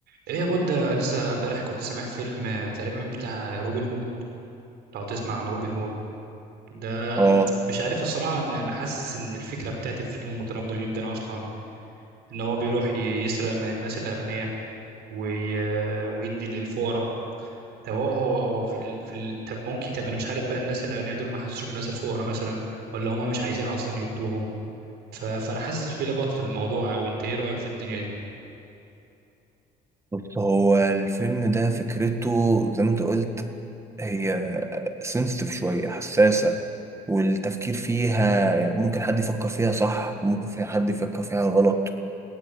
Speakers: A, on the right; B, on the right.
A: ايه يا بود لسه امبارح كنت سامع فيلم آه، تقريبا بتاع روبن هود لو تسمع عن روبن هود ده
B: اه
A: مش عارف الصراحة ان انا حاسس ان الفكرة بتاعت الفيلم متناقضة جدا اصلا ان هو بيروح ي- يسرق من الناس الاغنياء وي... آه، ويدي للفقراء طب هو هو هو في ال... في ال... طب ممكن طب انا مش عارف بقى الناس الاغنياء دول ما حسوش بالناس الفقراء مثلا ولا هما مش عايزين اصلا يدوهم ف... فانا حاسس في لغط في الموضوع او انت ايه رأيك في الدنيا دي
B: بص هو الفيلم ده فكرته زي ما انت قلت هي سنسيتيف شوية حساسة والتفكير فيها يعني ممكن حد يفكر فيها صح ممكن فيها حد يفكر فيها غلط